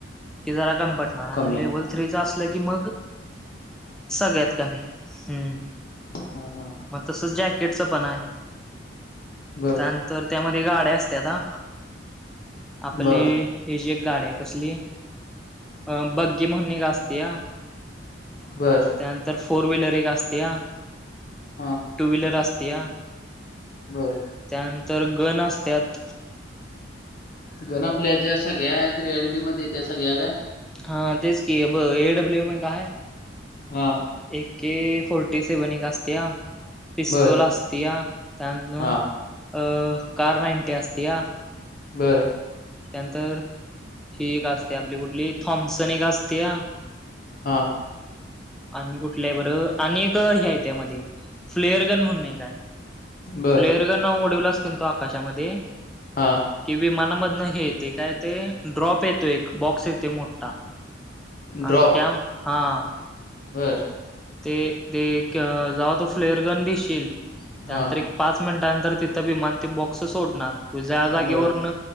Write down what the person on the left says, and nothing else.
कमी
हा हा
बर
बर
बरं.
हा
बरं.
गन आपल्या ज्या सगळ्या आहेत रिएलटी मध्ये त्या सगळ्या काय?
हा.
बर
हा
बरं.
हा.
बर
हा.
ड्रॉप,
बरं.
हा
बर